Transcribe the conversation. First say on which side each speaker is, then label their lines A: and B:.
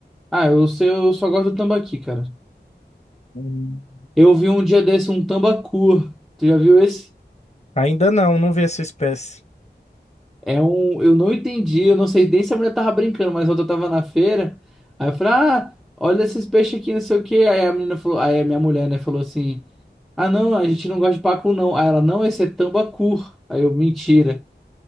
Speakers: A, in the centre; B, on the left (about 40°).
A: Ah, eu sei, eu só gosto do tambaqui, cara.
B: Hum,
A: Eu vi um dia desse um tambacu. Tu já viu esse?
B: Ainda não, não vi essa espécie.
A: É um. Eu não entendi, eu não sei nem se a mulher tava brincando, mas outra tava na feira. Aí eu falei, ah, olha esses peixes aqui, não sei o quê. Aí a menina falou, aí a minha mulher, né, falou assim: ah, não, a gente não gosta de pacu, não. Aí ela, não, esse é tambacu. Aí eu, mentira.